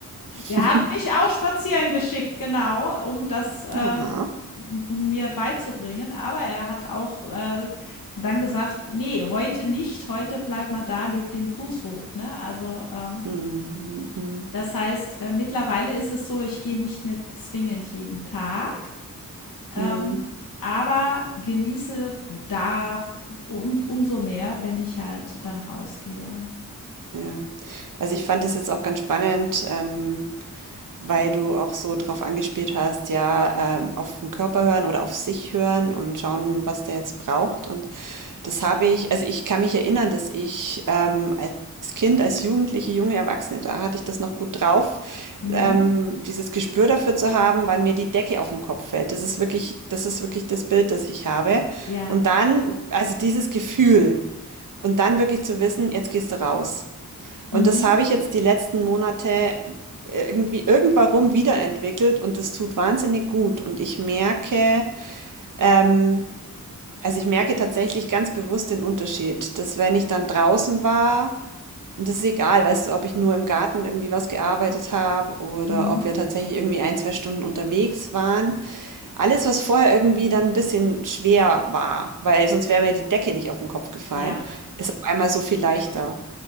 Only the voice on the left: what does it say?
der hat mich auch spazieren geschickt, genau, um das äh,
m mir beizubringen. Aber er hat auch äh, dann gesagt: „Ne, heute nicht, heute bleib mal da, leg den Fuß hoch“, ne? Also, ähm
das heißt, äh, mittlerweile ist es so, ich gehe nicht mehr zwingend jeden Tag, ähm,
aber genieße da um, umso mehr, wenn ich halt dann rausgehe.
Mhm.
Ja.
Mhm.
Mhm.
Ja.